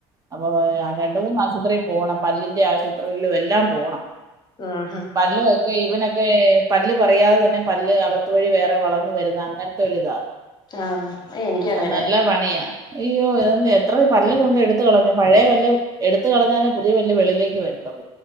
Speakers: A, on the right; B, on the left.
A: അപ്പൊ രണ്ട് മൂന്ന് ആശുപത്രിയിൽ പോണം പല്ലിന്റെ ആശു യിലും എല്ലാം പോണം
B: ആഹ് ആഹാ
A: പല്ലുവെക്കെ ഇവനൊക്കെ. പല്ല് പറിയാതെ തന്നെ പല്ല് അകത്ത് വഴി വേറെ വളർന്നു വരുന്ന അങ്ങനെ. ഒരിതാ
B: ആഹ് എനിക്കും അങ്ങനെയാ
A: നല്ല പണിയാ. അയ്യോ അ എത്രയും പല്ല് കൊണ്ട് അയ്യോ. അതോണ്ട് എത്ര പല്ല് <unintelligible> എടുത്തു കളഞ്ഞു. പഴയ പല്ല് എടുത്ത് കളഞ്ഞാലെ പുതിയ പല്ല് വെളിയിലേക്ക് വര. <inaudible>